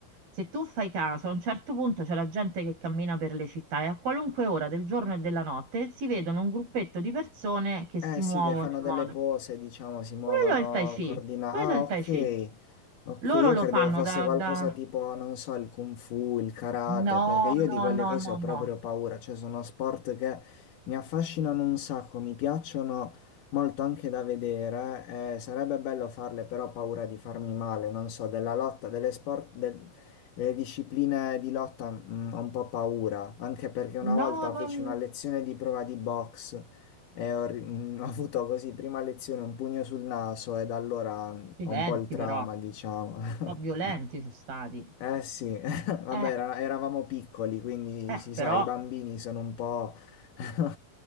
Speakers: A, on the right; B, on the left.
A: se tu fai caso, a un certo punto c'è la gente che cammina per le città e a qualunque ora del giorno e della notte si vedono un gruppetto di persone che
B: Eh
A: si muovono
B: sì, che fanno
A: in
B: delle
A: modo...
B: pose, diciamo, si muovono
A: Quello è il Tai Chi,
B: coordinati.
A: quello
B: Ah,
A: è il
B: ok.
A: Tai Chi.
B: Ok,
A: Loro
B: io
A: lo
B: credevo
A: fanno
B: fosse
A: da,
B: qualcosa
A: da-
B: tipo, non so, il kung fu, il karate,
A: No,
B: perché io
A: no,
B: di quelle
A: no,
B: cose
A: no,
B: ho
A: no.
B: proprio paura, cioè sono sport che mi affascinano un sacco, mi piacciono molto anche da vedere, eh, sarebbe bello farle, però ho paura di farmi male, non so, della lotta, delle sport, de- delle discipline di lotta, mm, ho un po' paura, anche perché una
A: No,
B: volta
A: non...
B: feci una lezione di prova di box. E ho, ri- mm, ho avuto così prima lezione un pugno sul naso e da allora mm,
A: Accidenti
B: ho un po' il trauma,
A: però, un
B: diciamo. <laughs>
A: po' violenti sono stati.
B: Eh sì, <laughs> vabbè,
A: Eh,
B: era- eravamo piccoli, quindi
A: eh,
B: si
A: però
B: sa, i bambini sono un po', <laughs>